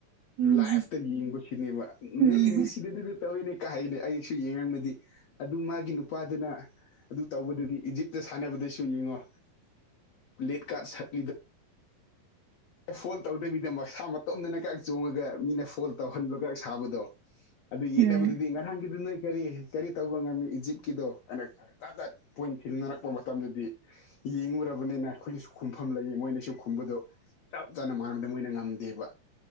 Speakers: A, on the right; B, on the left.
A: ꯎꯝ
B: ꯂꯥꯏ꯭ꯐꯇ ꯌꯦꯡꯕꯁꯤꯅꯦꯕ
A: ꯎꯝ
B: ꯅꯣꯏꯒꯤ ꯃꯤꯁꯤꯗꯨꯗꯤꯗꯤ ꯇꯧꯋꯤꯅꯦ ꯀꯥꯏ ꯍꯥꯏꯗꯤ ꯑꯩꯁꯨ ꯌꯦꯡꯉꯝꯃꯗꯤ ꯑꯗꯨ ꯃꯥꯒꯤ ꯅꯨꯄꯥꯗꯨꯅ ꯑꯗꯨ ꯇꯧꯕꯗꯗꯤ ꯏꯖꯤꯞꯇ ꯁꯥꯟꯅꯕꯗꯁꯨ ꯌꯦꯡꯉꯣ ꯂꯦꯠ ꯀꯥ꯭ꯔꯠ ꯁꯠꯂꯤꯗꯣ ꯐꯣꯜ ꯇꯧꯗꯕꯤꯗ ꯃꯁꯥ ꯃꯇꯣꯝꯗꯅ ꯀ ꯆꯣꯡꯉꯒ ꯃꯤꯅ ꯐꯣꯜ ꯇꯧꯍꯟꯕꯒ ꯁꯥꯕꯗꯣ ꯑꯗꯨ ꯌꯦꯠꯅꯕꯗꯨꯗꯤ
A: ꯎꯝ
B: ꯉꯍꯥꯡꯒꯤꯗꯨ ꯅꯣꯏ ꯀꯔꯤ ꯀꯔꯤ ꯇꯧꯕ ꯉꯝꯃꯤ ꯏꯖꯤꯞꯀꯤꯗꯣ ꯑꯅꯛ ꯇꯗꯠ ꯄꯣꯏꯟ ꯈꯤꯜꯅꯔꯛꯄ ꯃꯇꯝꯗꯨꯗꯤ ꯌꯦꯡꯉꯨꯔꯕꯅꯤꯅ ꯑꯩꯈꯣꯏꯅꯁꯨ ꯈꯨꯝꯐꯝ ꯂꯩꯌꯦ ꯃꯣꯏꯅꯁꯨ ꯈꯨꯝꯕꯗꯣ ꯆꯞ ꯆꯥꯅ ꯃꯅꯕꯗ ꯃꯣꯏꯅ ꯉꯝꯗꯦꯕ